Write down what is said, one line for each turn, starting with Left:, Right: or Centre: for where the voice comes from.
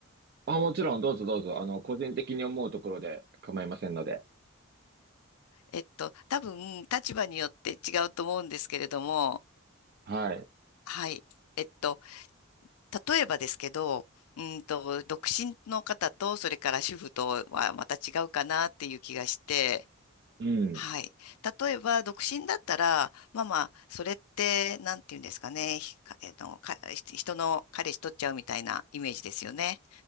Right: あ、もちろん、どうぞどうぞ、あの、個人的に思うところで構いませんので。
Left: えっと、多分、立場によって違うと思うんですけれども、
Right: はい。
Left: はい。えっと、例えばですけど、うんと、独身の方と、それから主婦とはまた違うかなっていう気がして、
Right: うん。
Left: はい。例えば、独身だったら、まあまあ、それって、なんていうんですかね、ひかえっと、か、人の彼氏取っちゃうみたいなイメージですよね。